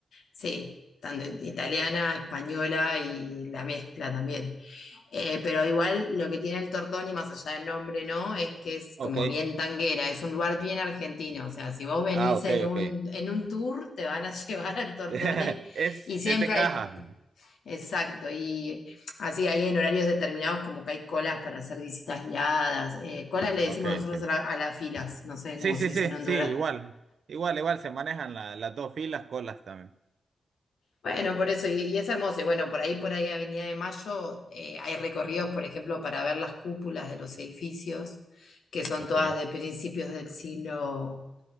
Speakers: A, on the left (about 80°); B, on the right (about 65°).
A: Sí, tanto italiana, española y la mezcla también. Eh, pero igual lo que tiene el Tortoni, más allá del nombre, ¿no? Es que es
B: Ok,
A: como bien tanguera, es un lugar bien argentino. O sea, si vos venís
B: ah, ok,
A: en un,
B: ok.
A: en un tour, te van a <laughs> llevar al Tortoni
B: <laughs> Es,
A: y siempre
B: es de caja.
A: hay, exacto, y así hay en horarios determinados como que hay colas para hacer visitas guiadas. Eh, colas le
B: Ok,
A: decimos nosotros
B: ok.
A: a, la- a las filas, no sé
B: Sí,
A: cómo
B: sí,
A: se dice
B: sí,
A: en Honduras.
B: sí, igual, igual, igual, se manejan la- las dos filas, colas también.
A: Bueno, por eso, y, y es hermoso. Y bueno, por ahí, por ahí, Avenida de Mayo, eh, hay recorridos, por ejemplo, para ver las cúpulas de los edificios, que son
B: Ok.
A: todas de principios del siglo